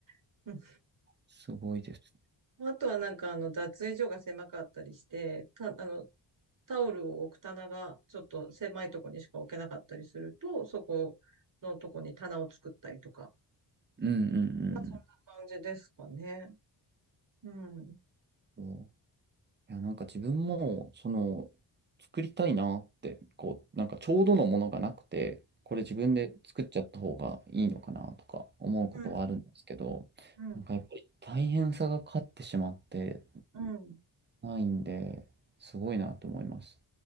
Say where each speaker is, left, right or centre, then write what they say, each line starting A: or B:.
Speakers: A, on the right; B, on the right.
A: <laughs> うん
B: すごいです。
A: ああとはなんかあの脱衣所が狭かったりして、た、あの、タオルを置く棚がちょっと狭いとこにしか置けなかったりすると、そこのとこに棚を作ったりとか。
B: うんう
A: まあそんな感じですかね。
B: ん
A: うん。うん。
B: うん。そういや、なんか自分も、その、作りたいなって、こう、なんかちょうどのものがなくて、これ自分で作っちゃった方がいいのかなとか思うことはあるんですけど、
A: うん。うん。
B: なんかやっぱり大変さが勝ってしまって
A: うん。
B: ないんで、すごいなと思います。